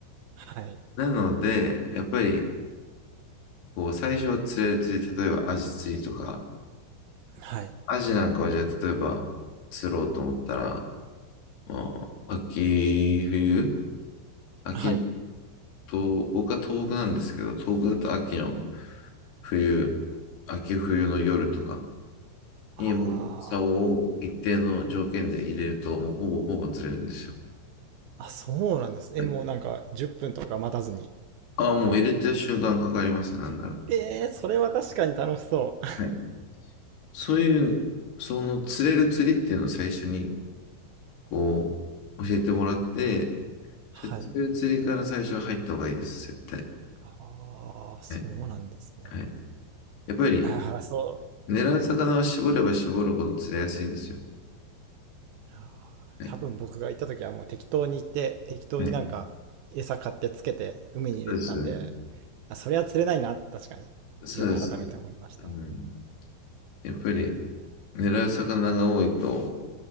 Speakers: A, on the right; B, on the left.
A: <laughs> はい。
B: なので、やっぱりこう最初は釣れる釣り、例えばアジ釣りとか、
A: はい。
B: アジなんかはじゃあ例えば釣ろうと思ったら、まあ、秋冬、秋
A: はい。
B: と、僕は東北なんですけど、東北だと秋の冬、秋冬の夜とか、にもう竿を一定の条件で入れると、
A: あ
B: もうボボボボずれるんですよ。
A: あ。あ、そうなんですね。
B: はい。
A: えもうなんか10分とか待たずに。
B: ああ、もう入れた瞬間かかりますねなんなら。
A: えー、それは確かに楽しそう。
B: はい。そういう、その釣れる釣りっていうのを最初に、こう、教えてもらって、
A: <laughs> はい。
B: 釣れる釣りから最初は入った方がいいです、絶対。
A: ああ、そうなんですね。
B: はい。はい。やっぱり、
A: ああ、そう。
B: 狙う魚は絞れば絞るほど釣れやすいんですよ。
A: うん。あー多分僕が行った時はもう適当に行って、
B: はい。
A: 適当になんか餌買ってつけて海に入れてたんで、
B: はい。そうですよね。
A: あ、それは釣れないな、確かに。
B: そうです。
A: いや、改めて思いました。
B: うん。やっぱり、狙う魚が多いと、